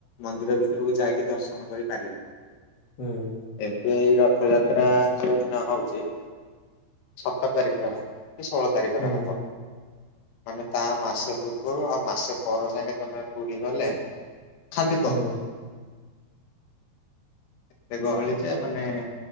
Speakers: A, on the left (about 70°); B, on the left (about 85°).
A: ମନ୍ଦିର ଭିତରକୁ ଯାଇକି ଦର୍ଶନ କରିପାରିବ।
B: ହୁଁ।
A: ଏବେ ଏଇ ରଥଯାତ୍ରା ଯୋଉଦିନ ହଉଚି ସତର ତାରିଖରେ ହବ କି ଷୋଳ ତାରିଖରେ
B: ହୁଁ
A: ହବ। ମାନେ ତା ମାସେ ପୂର୍ବରୁ ଆଉ ମାସେ ପର ଯାକେ ତମେ ପୁରୀ ଗଲେ ଖାଲି ଗହଳି
B: ହୁଁ
A: ଏତେ ଗହଳି ଯେ ମାନେ